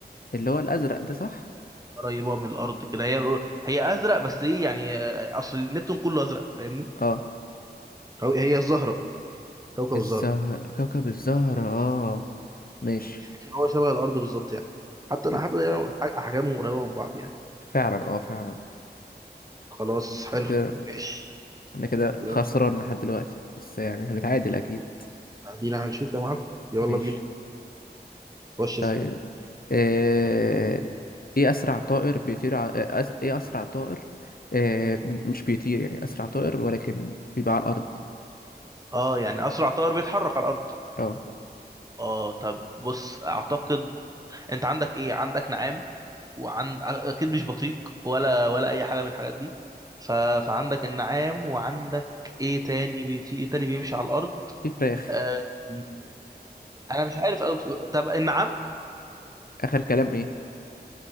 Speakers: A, on the left; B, on the right.
A: اللي هو الأزرق ده صح؟
B: قريبه من الارض كده هي هي ازرق بس ايه يعني آه، اصل نبتون كله ازرق فاهمني
A: اه
B: هو هي الزهره كوكب
A: الزهر
B: الزهره
A: كوكب الزهر اه ماشي
B: عشان هو شبه الارض بالظبط يعني حتى انا
A: م-
B: حتى يعني ح- احجامهم قريبه من بعض يعني
A: فعلا اه فعلا
B: خلاص حلو
A: كده
B: ماشي
A: انا كده
B: يلا
A: خسران لحد دلوقتي بس يعني هنتعادل أكيد
B: ادينا هنشوف يا معلم يلا
A: ماشي
B: بينا خش اسأل.
A: طيب آه... ايه أسرع طائر بيطير ع... آه، أس... ايه أسرع طائر آه... م- مش بيطير يعني أسرع طائر ولكن بيبقى على الأرض
B: اه يعني اسرع طائر بيتحرك على الارض
A: اه
B: اه طب بص اعتقد انت عندك ايه عندك نعام وعند اكيد مش بطيق ولا ولا اي حاجه من الحاجات دي ف... فعندك النعام وعندك ايه تاني بيطيق ايه تاني بيمشي على الارض
A: في فراخ
B: آه... انا مش عارف أو... طب النعام
A: آخر كلام ايه؟